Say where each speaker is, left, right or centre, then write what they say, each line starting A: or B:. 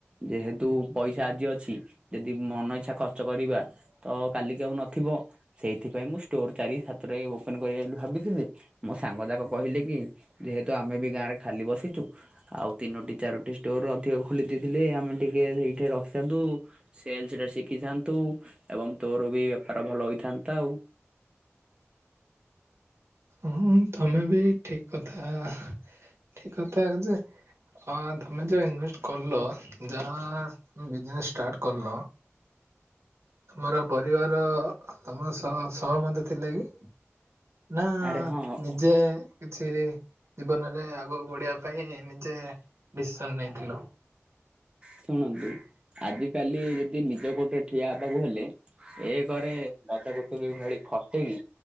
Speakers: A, on the right; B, on the right.
A: ଯେହେତୁ ପଇସା ଆଜି ଅଛି ଯଦି ମନ ଇଚ୍ଛା ଖର୍ ଖର୍ଚ୍ଚ କରିବା ତ କାଲିକି ଆଉ ନଥିବ ସେଇଥିପାଇଁ ମୁଁ ଷ୍ଟୋର ଚାରି ସାତଟା ଓପନ୍ କରିବି ବୋଲି ଭାବିଥିଲି ମୋ ସାଙ୍ଗ ଯାକ କହିଲେ କି ଯେହେତୁ ଆମେ ବି ଗାଁ ରେ ଖାଲି ବସିଛୁ ଆଉ ତିନୋଟି ଚାରୋଟି ଷ୍ଟୋର ଅଧିକ ଖୋଲି ଦେଇେଇଥିଲେ ଆମେ ଟିକେ ସେଇଠି ରହିଥାନ୍ତୁ ସେଲସରେ ଶିଖିଥାନ୍ତୁ ଏବଂ ତୋର ବି ବେପାର ଭଲ ହେଇଥାନ୍ତା ଆଉ।
B: ହଁ ତମେ ବି ଠିକ୍ କଥା, ଠିକ୍ କଥା ଯେ ହଁ ତମେ ଯେ ଇନଭେଷ୍ଟ କଲ ଯାହା ବିଜନେସ ଷ୍ଟାର୍ଟ କଲ ତମର ପରିବାର ତମ ସହ ସହମତି ଥିଲେ କି? ନା
A: ଆରେ ହଁ
B: ନିଜେ କିଛି ଜୀବନରେ ଆଗକୁ ବଢିବା ପାଇଁ ନିଜେ ଡିସିସନ ନେଇଥିଲ?
A: ଶୁଣନ୍ତୁ ଆଜିକାଲି ଯଦି ନିଜ ଗୋଡରେ ଠିଆ ହେବାକୁ ହେଲେ ଏ କରେ ଗଜକୁଚୁୁରୀ ଭଳି ଖଟେଇକି